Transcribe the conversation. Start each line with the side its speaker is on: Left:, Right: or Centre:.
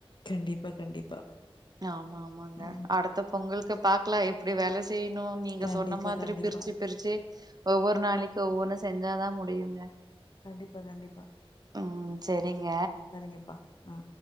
Left: கண்டிப்பா கண்டிப்பா
Right: ஆமா ஆமாங்க
Left: ம்
Right: அடுத்த பொங்கலுக்கு அப் பாக்லா எப்டி வேல செய்ணு நீங்க
Left: கண்டிப்பா
Right: சொன்ன மாதிரி
Left: கண்டிப்பா
Right: பிரிச்சு பிரிச்சு ஒவ்வொரு நாளைக்கு ஒவ்வொன்னு செஞ் யிதாதா முடியுங்க
Left: கண்டிப் ப்ப கண்டிப்பா
Right: ம் செரிங்க
Left: செரிங்கப்பா ஆ